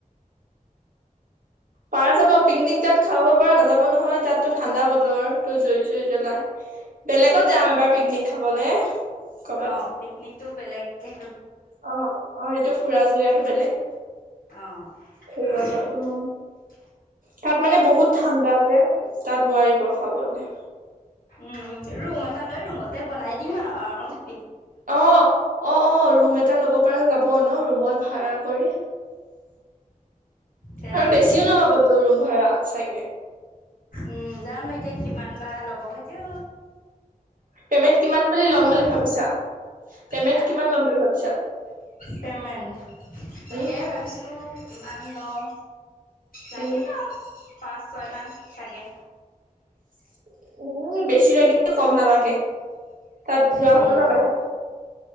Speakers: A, on the right (about 70°); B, on the left (about 80°).
A: পাৰা যাব পিকনিক তাত খাব পৰা নাযাব নহয় তাত টো ঠাণ্ডা বতৰ তো জুই চুই জ্বলাই বেলেগত যাম এবাৰ পিকনিক খাবলে কৰ'বাত
B: অ পিকনিক টো বেলেগ কে
A: অ অ এইটো ফুৰা জয়াটো বেলেগ
B: অহ, উমহ
A: ফুৰিব যোৱাটো উম তাত মানে বহুত ঠাণ্ডা যে তাত নোৱাৰিব খাবলে
B: উম উম ৰুম তা লৈ ৰুমতে বনাই দিম আৱ
A: অ অ অ ৰুম এটা ল'ব পাৰা যাব ন মত ভাড়া কৰি
B: তেনেকে
A: আৰু বেছিও নলব তো ৰুম ভাড়া চাগে
B: উম জানো এতিয়া কিমান বা ল'ব সেইটো
A: পেমেন্ট কিমান বুলি লম
B: আৰু
A: বুলি ভাবিছা? পেমেন্ট
B: হা
A: কিমান লম বুলি ভাবি
B: পেমেণ্ট তাকে
A: উম
B: ভাবিছোঁ ও কিমান লওঁ। লাগিব
A: উম
B: পাঁচ ছয়মান চাগে।
A: <unintelligible> উম বেছি লাগিলেও কম নালাগে। তাত যোৱা
B: উম
A: হব ন বাহিৰত?